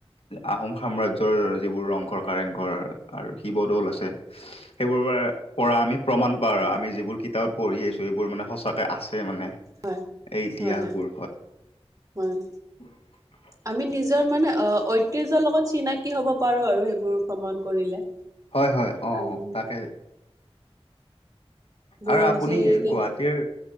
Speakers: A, on the left (about 65°); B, on the right (about 35°).
A: আহোম সাম্ৰাজ্যৰ যিবোৰ ৰংঘৰ কাৰেংঘৰ আৰু শিৱদৌল আছে- সেইবোৰ <unintelligible> পৰা আমি প্ৰমাণ পাওঁ আৰু
B: হয়,
A: আমি যিবোৰ কিতাপত পঢ়ি আহিছো সেইবোৰ মানে সঁচাকে আছে মানে।
B: হয়,
A: এই ইতিহাসবোৰ
B: হয় হয়, হয়।
A: <unintelligible>
B: আমি নিজৰ মানে অঁ' ঐতিহ্যৰ লগত চিনাকি হ'ব পাৰো আৰু সেইবোৰ ভ্ৰমণ কৰিলে।
A: হয় হয় অঁ'
B: আমি
A: তাকে।
B: বুৰঞ্জীৰ
A: আৰু আপুনি
B: কেনে
A: গুৱাহাটীৰ